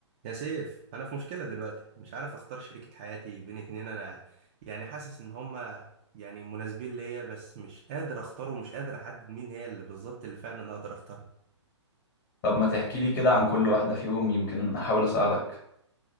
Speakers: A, on the right; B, on the left.
A: يا سيف انا في مشكله دلوقتي مش عارف اختار شريكه حياتي بين اتنين انا يعني حاسس ان هما يعني مناسبين ليا بس مش قادر اختار ومش قادر احدد مين هي اللي بالظبط اللي فعلا انا اقدر اختارها
B: طب ما تحكي لي كده عن كل واحدة فيهم يمكن أحاول أساعدك